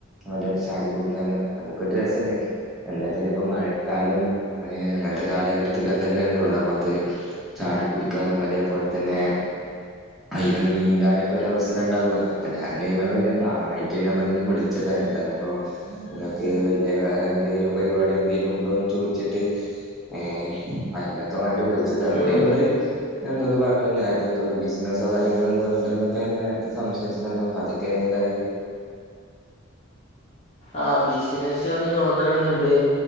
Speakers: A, in the centre; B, on the left.
A: അവ്ടക്കെ ചാടി കൊടുക്കാനും അതൊക്കൊരു രസല്ലേ എന്താച്ചാല് ഇപ്പം മഴക്കാലം അ അങ്ങനത്തെ കാലഘട്ടത്തിലൊക്കെല്ലേ ഉള്ളൂളള് നമ്മക്ക് ചാടി കുടിക്കാനും അതേപോൽ തന്നെ അയിലൊന്ന് നീന്താനൊക്കരു അവസരം ഇണ്ടാവുക അപ്പം ഞാന് നിങ്ങളങ്ങനെ കാണായിട്ട് നമ്മളെ ഇന് വിളി ചെറുതായിണ്ടായിപ്പോ ഇങ്ങക്ക് എന്തേ വേറെന്തേ എന്തേലും പരിപാടി എന്തേലും ഉണ്ടോന്ന് ചോയിച്ചിട്ട് ഏഹ് അയിനൊക്ക വേണ്ടി വിളി ച്ചന്താ പിന്നെ
B: ഉം
A: ഇങ്ങള് എന്തോന്നു പറഞ്ഞൽ നേര്ത്തെ എന്തോ ഒരു ബിസിനസ്സോ കാര്യങ്ങൾ എന്തോ ഉണ്ട്ന്നൊക്കെ നേര്ത്തെ സംസാരിച്ചതല്ലോ അതൊക്കെ എന്തായി
B: ആ ബിസിനസ്സ് ഒന്ന് നോക്കണന്നിണ്ട്